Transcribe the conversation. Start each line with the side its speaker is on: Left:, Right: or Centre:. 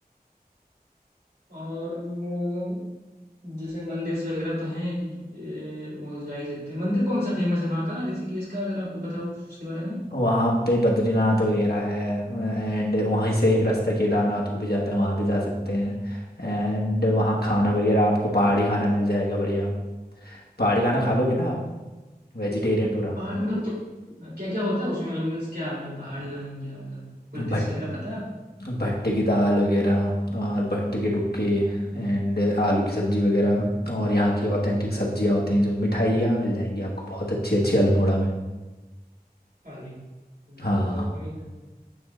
Right: और वो जैसे मंदिर वगैरह तो हैं ए, वो जा ही सकते हैं मंदिर कौन सा फेमस है वहाँ का ऋषिकेश का अगर आपको पता हो उसके बारे में
Left: वहाँ पे बद्रीनाथ वगैरह है एंड वहीं से एक रास्ता केदारनाथ को भी जाता है वहाँ भी जा सकते हैं एंड वहाँ खाना वगैरह आपको पहाड़ी खाना मिल जाएगा बढ़िया पहाड़ी खाना खा लोगे ना आप वेजिटेरियन पूरा
Right: पहाड़ मतलब क्या क्या क्या होता है उसमें मतलब मीन्स क्या मतलब पहाड़ी खाने में क्या मतलब कोई डिश
Left: बट
Right: वगैरह पता है आप
Left: भट्टे की दाल वगैरह और भट्टे के डुबके एंड आलू की सब्जी वगैरह और यहाँ की ऑथेंटिक सब्जियाँ होती हैं जो मिठाइयाँ मिल जाएंगी आपको बहुत अच्छी अच्छी अल्मोड़ा में
Right: अरे यार,
Left: हाँ
Right: क्यों नहीं खाते?